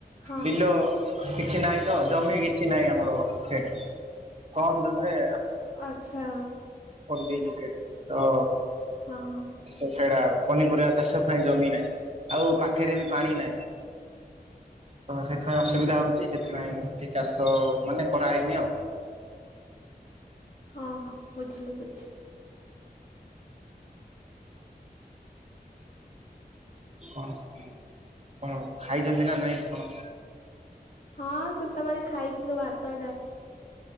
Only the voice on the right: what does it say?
ବିଲ। କିଛି ନାହିଁ ତ ଜମି କିଛି ନାହିଁ ଆମର ସେଟା କମ ଜମିରେ।
ହଜି ଯାଇଥିବ ସେଆଡେ଼।
ସେଇଟା ପନିପରିବା ଚାଷ ଥାଏ ଜମି ନାହିଁ ଆଉ ପାଖରେ ବି ପାଣି ନାହିଁ। ତ ସେଥିପାଇଁ ଅସୁବିଧା ହଉଛି। ସେଥିପାଇଁ
କିଛି ଚାଷ ମାନେ କରାହଇନି ଆଉ।
କଣ ସ କଣ ଖାଇଛନ୍ତି ନା ନାଇଁ କଣ।